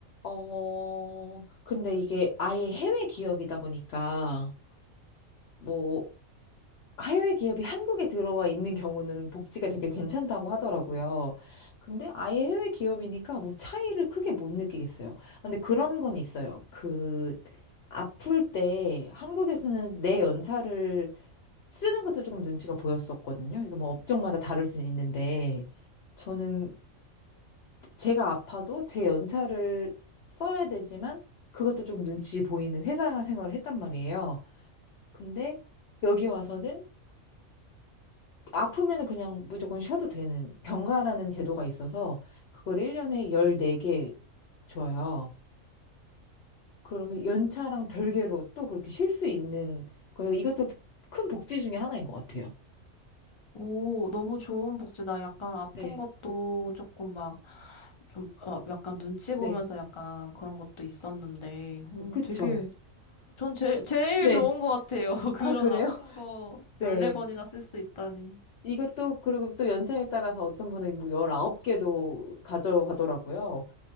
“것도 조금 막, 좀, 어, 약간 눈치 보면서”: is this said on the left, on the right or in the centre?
Left